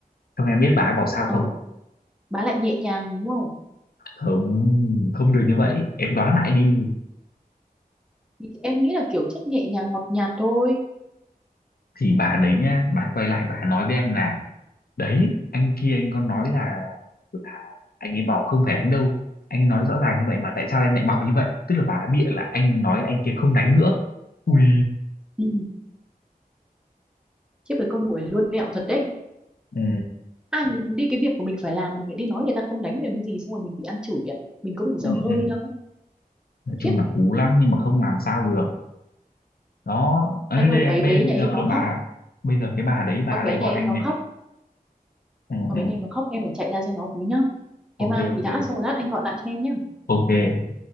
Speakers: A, on the left; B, in the centre.
A: xong em biết bà ấy bảo sao
B: ờ,
A: không
B: bà lại nhẹ nhàng đúng không?
A: không không được như vậy em đoán lại đi
B: Thì Em nghĩ là kiểu chất nhẹ nhàng ngọt nhạt thôi.
A: thì bà đấy nhá bà quay lại bà nói với anh là đấy anh kia anh có nói là là anh ấy bảo không phải đánh đâu anh ấy nói rõ ràng như vậy mà tại sao em lại bảo như vậy tức là bà ấy bịa là anh nói anh kia không đánh nữa ui
B: Ừ, chứ với con người luôn mẹo thật đấy.
A: ừ,
B: Anh đi cái việc của mình phải làm, mình lại đi nói người ta không đánh mình làm cái gì, xong rồi mình bị ăn chửi à? Mình có bị dở
A: ừ,
B: hơi
A: ừ.
B: đâu.
A: nói
B: Khiếp,
A: chung là cú lắm nhưng mà không làm sao được đó Ở
B: anh
A: đây
B: ơi, bé
A: bây,
B: bé
A: bây
B: nhà em
A: giờ
B: nó khóc.
A: bà bây giờ cái bà đấy bà
B: Con
A: lại
B: bé nhà
A: gọi
B: em
A: anh
B: nó
A: này
B: khóc
A: ừ,
B: Còn
A: ừ.
B: mấy em mà khóc em phải chạy ra xem nó tí nhá Em
A: ok
B: ao tí
A: ok
B: đã xong rồi lát anh gọi lại cho em nhá
A: ok